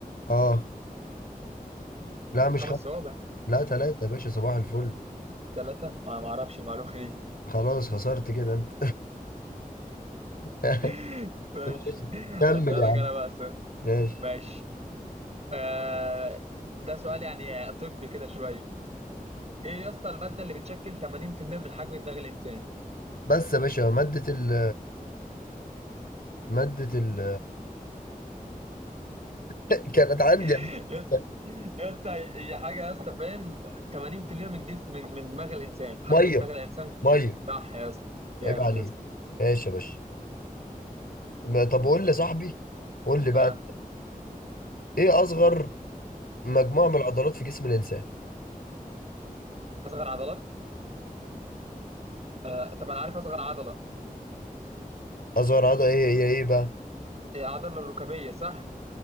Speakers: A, on the left; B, on the right.
A: اه لا مش
B: خمس
A: خمسة
B: صوابع
A: لا ثلاثة يا باشا صباح الفل
B: ثلاثه ما ما اعرفش المعلومه دي
A: خلاص خسرت كده انت <laughs>
B: <laughs> ماشي
A: ماشي كمل
B: اسالك
A: يا عم
B: انا بقى سؤال
A: ماشي
B: ماشي آه ده سؤال يعني طب كده شويه ايه يا اسطى الماده اللي بتشكل 80% من حجم دماغ الانسان؟
A: بس يا باشا مادة ال مادة ال <laughs> كانت عندي
B: <laughs>
A: يا باشا.
B: يا اسطى هي هي حاجه يا اسطى فاهم 80% من جسم من دماغ الانسان حجم
A: مية
B: دماغ الانسان
A: مية
B: صح يا اسطى جامد
A: عيب عليك
B: يا اسطى
A: ماشي يا باشا ما- طب قول لي يا صاحبي قول لي بقى
B: ها
A: ايه اصغر مجموعة من العضلات في جسم الانسان
B: اصغر عضلات آه طب انا عارف اصغر عضله
A: اصغر عضلة ايه هي ايه بقى
B: هي عضله الركبيه صح